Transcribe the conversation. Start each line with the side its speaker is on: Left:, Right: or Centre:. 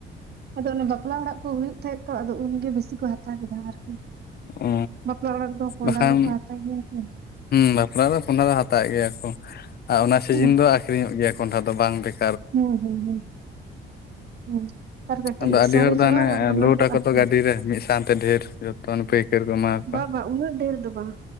Right: ᱟᱫᱚ ᱚᱱᱮ ᱵᱟᱯᱞᱟ ᱚᱲᱟᱜ ᱠᱚ ᱦᱩᱭᱩᱜ ᱛᱟᱦᱮᱸᱫ᱾ ᱛᱚ ᱟᱫᱚ ᱩᱱ ᱜᱮ ᱵᱮᱥᱤ ᱠᱚ ᱦᱟᱛᱟᱣ ᱠᱮᱫᱟ ᱟᱨᱠᱤ᱾
Left: ᱚ
Right: ᱵᱟᱯᱞᱟ ᱚᱲᱟᱜ ᱨᱮᱫᱚ ᱠᱚᱸᱰᱷᱟ
Left: ᱵᱟᱠᱷᱟᱱ
Right: ᱫᱚᱠᱚ ᱦᱟᱛᱟᱣ ᱜᱮᱭᱟ ᱥᱮ
Left: ᱦᱩᱸ ᱵᱟᱯᱞᱟ ᱫᱚ ᱠᱚᱸᱰᱷᱟ ᱫᱚ ᱦᱟᱛᱟᱣᱮᱜ ᱜᱮᱭᱟ ᱠᱚ ᱟᱨ ᱚᱱᱟ ᱥᱤᱡᱤᱱ
Right: ᱦᱩᱸ
Left: ᱫᱚ ᱠᱷ ᱟᱹᱠᱷᱨᱤᱧᱚᱜ ᱜᱮᱭᱟ ᱠᱚᱸᱱᱰᱦᱟ ᱫᱚ ᱵᱟᱝ ᱵᱮᱠ
Right: ᱦᱩᱸ ᱦᱩᱸ ᱦᱩᱸ ᱦᱩᱸ᱾ ᱟᱨ ᱠᱟᱹᱴᱤᱡ
Left: ᱟᱫᱚ ᱟᱹᱰᱤ
Right: ᱥᱟᱨᱮᱡᱚᱜᱼᱟ
Left: ᱦᱚᱲ ᱫᱚ ᱦᱟᱱᱮ
Right: ᱟᱨ ᱚᱱᱟ
Left: ᱞᱳᱰ
Right: ᱫᱚ
Left: ᱟᱠᱚ
Right: ᱟᱠᱷᱨᱤᱧ
Left: ᱛᱚ ᱜᱟᱹᱰᱤ ᱨᱮ ᱢᱤᱫ ᱥᱟᱶᱛᱮ ᱰᱷᱮᱨ ᱡᱚᱛᱚ ᱚᱱᱮ ᱯᱟᱹᱭᱠᱟᱹᱨ ᱠᱚ ᱮᱢᱟ ᱠᱚᱣᱟ
Right: ᱵᱟ ᱵᱟ ᱩᱱᱟᱹᱜ ᱰᱷᱮᱨ ᱫᱚ ᱵᱟᱦ